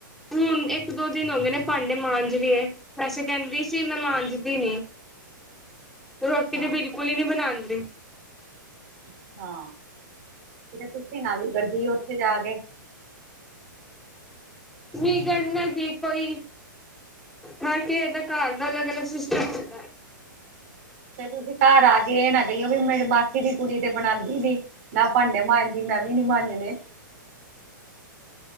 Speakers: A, in the centre; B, on the right.
A: ਹੁਣ ਇੱਕ ਦੋ ਦਿਨ ਹੋ ਗਏ ਨੇ, ਭਾਂਡੇ ਮਾਂਜ ਰੀ ਏ। ਵੈਸੇ ਕੈਂਦੀ ਸੀ, ਮੈਂ ਮਾਂਜਦੀ ਨੀ। ਰੋਟੀ
B: ਹਾਂ
A: ਤੇ ਬਿਲਕੁਲ ਹੀ ਨਹੀਂ ਬਨਾਨਦੀ।
B: ਅੱਛਾ, ਤੇ ਤੁਸੀਂ ਨਾ ਵੀਗਰਜੀ ਉੱਥੇ ਜਾ ਕੇ।
A: ਵੀਗਰਨਾ ਕੀ, ਕੋਈ ਹਰ ਕਿਹੇ ਦੇ ਘਰ ਦਾ ਅਲੱਗ-ਅਲੱਗ ਸਿਸਟਮ। ਹੁੰਦਾ ਹੈ
B: ਫੇਰ ਤੁਸੀਂ ਘਰ ਆ ਕੇ ਇਹ ਨਾ ਕਹੀਓ ਵੀ ਮੇਰੀ ਮਾਸੀ ਦੀ ਕੁੜੀ ਤੇ ਬਣਾਨਦੀ ਨੀਂ। ਨਾ ਭਾਂਡੇ ਮਾਂਜਦੀ, ਮੈਂ ਵੀ ਨੀ ਮਾਂਜਣੇ।